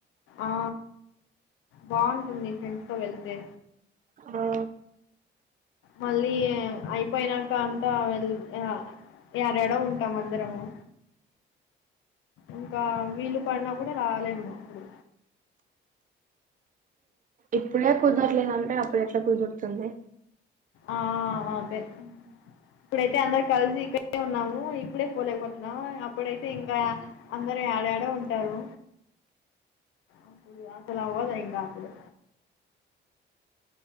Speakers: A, on the left (about 80°); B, on the right (about 40°).
A: ఆ బాగుంటుంది ఫ్రెండ్స్ తో వెళ్తే
B: ఆ
A: మళ్ళీ అయిపోయినాక అంతా వె ఆ ఏడేడో ఉంటాం అందరము ఇంకా వీలు పడినా కూడా రాలేము ఇప్పుడు
B: ఇప్పుడే కుదరలేదంటే అప్పుడు ఎట్లా కుదురుతుంది
A: ఆ అదే ఇప్పుడైతే అందరు కలిసి ఇక్కడే ఉన్నాము ఇప్పుడే పోలేకపోతున్నాము అప్పుడైతే ఇంకా అందరు యాడ యాడో ఉంటారు అప్పుడు అసలు అవ్వదు ఇంకాప్పుడు